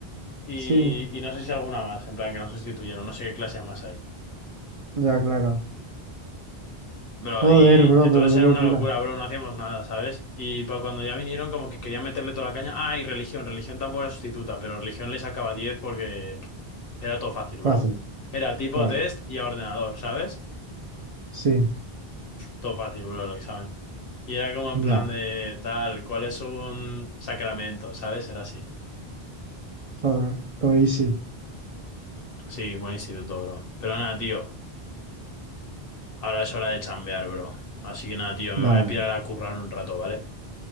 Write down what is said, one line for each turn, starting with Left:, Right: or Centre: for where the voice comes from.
Left: y,
Right: Sí.
Left: y no sé si alguna más. En plan, que no sustituyeron. No sé qué clases más hay.
Right: Ya, claro.
Left: Bro,
Right: Joder,
Left: y
Right: bro,
Left: entonces
Right: pero qué
Left: era
Right: locura.
Left: una locura, bro, no hacíamos nada, ¿sabes? Y para cuando ya vinieron, como que querían meterle toda la caña. Ah, y religión, religión tampoco era sustituta, pero religión le sacaba 10 porque pff, era todo fácil, bro.
Right: Fácil,
Left: Era tipo
Right: claro.
Left: test y a ordenador, ¿sabes?
Right: Sí.
Left: Todo fácil, bro, el examen. Y era como en
Right: Ya.
Left: plan de tal, ¿cuál es un sacramento? ¿Sabes? Era así.
Right: Joder. Lo hice.
Left: Sí, buen instituto, bro. Pero nada, tío, ahora es hora de chambear, bro. Así que nada, tío,
Right: Dale.
Left: me voy a pirar a currar un rato, ¿vale?